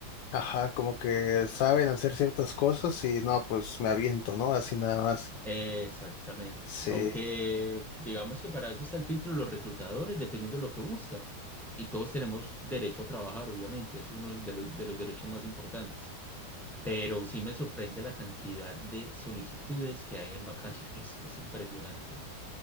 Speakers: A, on the left; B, in the centre.
A: Ajá, como que saben hacer ciertas cosas y no, pues me aviento, ¿no? Así nada más.
B: Exactamente.
A: Sí.
B: Aunque digamos que para eso está el filtro de los reclutadores, dependiendo de lo que buscan. Y todos tenemos derecho a trabajar, obviamente, es uno de los, de los derechos más importantes. Pero sí me sorprende la cantidad de solicitudes que hay en vacantes, <laughs> es impresionante.